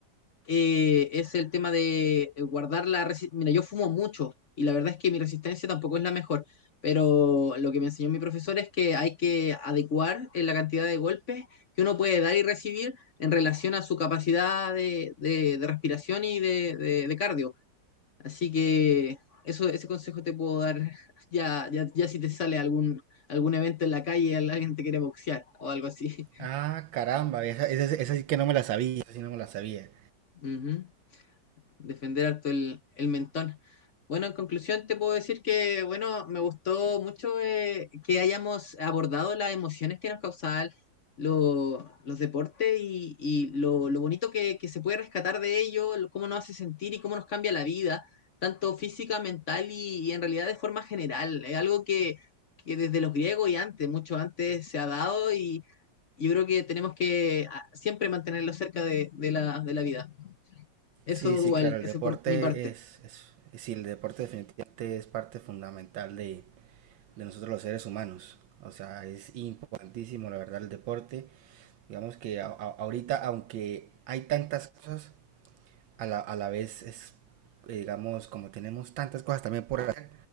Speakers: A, on the left; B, on the right.
A: eh, es el tema de eh, guardar la resistencia. Mira, yo fumo mucho y la verdad es que mi resistencia tampoco es la mejor, pero lo que me enseñó mi profesor es que hay que adecuar eh, la cantidad de golpes que uno puede dar y recibir en relación a su capacidad de, de- de respiración y de, de- de cardio. Así que eso, ese consejo te puedo dar <laughs> ya, ya, ya si te sale algún, algún evento en la calle y alguien te quiere boxear o algo así.
B: Ah, caramba, esa, esa, esa sí que no me la sabía, esa sí no me la sabía.
A: <laughs> Ujú. defender harto el, el mentón. Bueno, en conclusión te puedo decir que, bueno, me gustó mucho eh, que hayamos abordado las emociones que nos causaban lo- los deportes y, y lo, lo bonito que, que se puede rescatar de ello, lo- cómo nos hace sentir y cómo nos cambia la vida, tanto física, mental y, y en realidad de forma general. Es algo que, que desde los griegos y antes, mucho antes, se ha dado y yo creo que tenemos que ah, siempre mantenerlo cerca de, de la, de la vida. Eso
B: Sí, sí,
A: dual,
B: claro, el
A: ese
B: deporte
A: por mi parte.
B: es, es, sí, el deporte definitivamente es parte fundamental de, de nosotros los seres humanos. O sea, es importantísimo, la verdad, el deporte. Digamos que a- a- ahorita, aunque hay tantas cosas, a la, a la vez es, eh, digamos, como tenemos tantas cosas también por hacer,